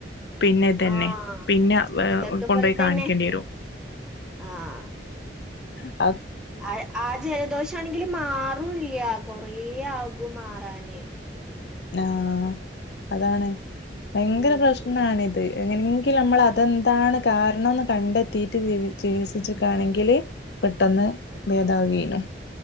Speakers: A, on the left (about 70°); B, in the centre.
A: പിന്നെദന്നെ
B: ആഹ്
A: പിന്നെ
B: ഇതൊക്കെ
A: കൊണ്ടോയ്
B: പോലെ തന്നെ
A: കാണിക്കേണ്ടിവരും
B: ആഹ്
A: ആ
B: ആ ആ ജലദോഷാണെങ്കില് മാറുല്ല്യാ കൊറേ ഇആകുമാറാനേ
A: ആഹ അതാണ് ഭയങ്കര
B: ഉം
A: പ്രശ്നാണ്
B: ഉം
A: ഇത് എങ്ങനെങ്കിൽ അമ്മൾ അതെന്താണ് കാരണംന്ന് കണ്ടെത്തിട്ട് ചികിത്സിച്ചിക്കാണെങ്കില് പെട്ടെന്ന് ഭേദാവുകേനു.